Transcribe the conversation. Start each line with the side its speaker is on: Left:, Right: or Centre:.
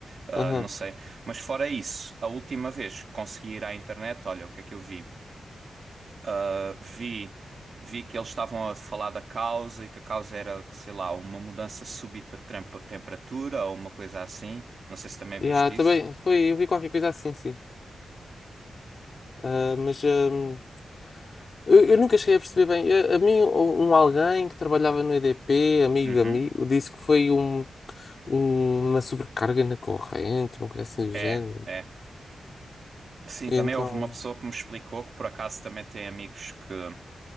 Right: Ah,
Left: aham.
Right: não sei. Mas fora isso, a última vez que consegui ir à internet, olha, o que é que eu vi? Ah, vi, vi que eles estavam a falar da causa e que a causa era, sei lá, uma mudança súbita de trempa- temperatura ou uma coisa assim. Não sei se também viste
Left: Yeah, também
Right: isso.
Left: foi, eu vi qualquer coisa assim, sim. Ah, mas. hum, Eu, eu nunca cheguei a perceber bem. A, a mim, um alguém que trabalhava no EDP, amigo
Right: Uhum.
Left: de amigo, disse que foi um, um- uma sobrecarga na corrente, uma coisa assim do
Right: É,
Left: género.
Right: é. Sim,
Left: E
Right: também
Left: então.
Right: houve uma pessoa que me explicou, que por acaso também tem amigos que